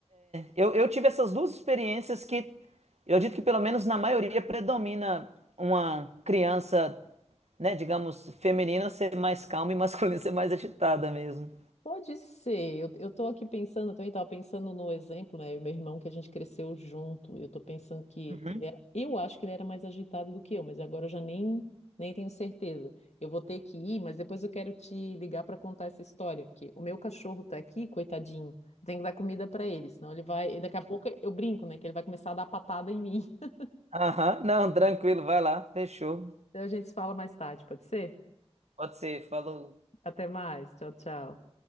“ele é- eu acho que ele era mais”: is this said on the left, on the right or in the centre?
Left